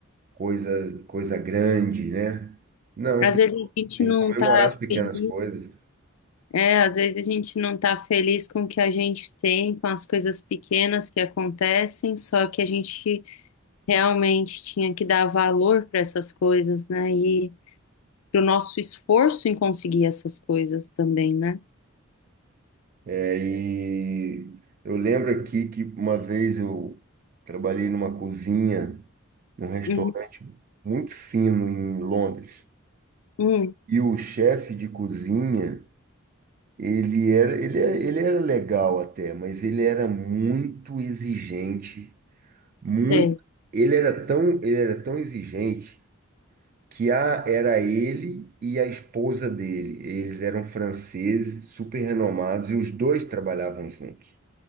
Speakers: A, on the right (about 40°); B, on the left (about 80°).
A: coisa, coisa grande, né? Não,
B: Às
A: tem,
B: vezes a gente
A: tem
B: não
A: que comemorar
B: tá
A: as pequenas
B: feliz,
A: coisas.
B: é, às vezes a gente não tá feliz com o que a gente tem, com as coisas pequenas que acontecem, só que a gente realmente tinha que dar valor para essas coisas, né? E pro nosso esforço em conseguir essas coisas também, né?
A: É, e eu lembro aqui que uma vez eu trabalhei numa cozinha, num restaurante
B: Uhum.
A: muito fino em Londres.
B: Hum,
A: E o chefe de cozinha Ele era, ele era, ele era legal até, mas ele era muito exigente, muito.
B: sei.
A: Ele era tão, ele era tão exigente que a, era ele e a esposa dele. Eles eram franceses, super renomados, e os dois trabalhavam juntos.